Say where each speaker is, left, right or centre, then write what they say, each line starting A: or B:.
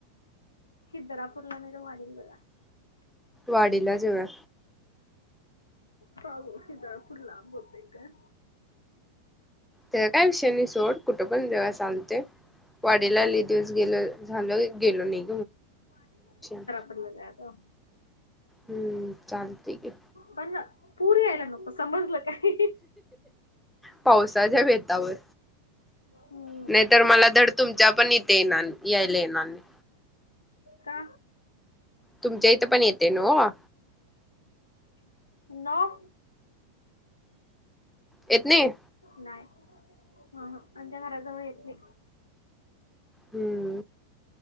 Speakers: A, on the left; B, in the centre.
A: खिदरापूरला नाही तर वाडीला
B: वाडीला जाऊया.
A: पाहू सितापूर लांब होतंय का.
B: ते काय विषय नय सोड, कुठं पण जेवा चालते वाडीला दिवस गेलं, झालं गेलो नाही. <inaudible>
A: कडल का गं?
B: हम्म, चाल ठीक हे.
A: पण पुर यायला नको, समजलं काय.
B: पावसाच्या बेतावर.
A: हम्म
B: नायतर मला धड तुमच्या पण इथे येणान, यायला येणार नाही.
A: का?
B: तुमच्या इथं पण येते नों आ
A: नं.
B: येत नय ये.
A: नाय ह-ह आमच्या घराजवळ येते.
B: हम्म.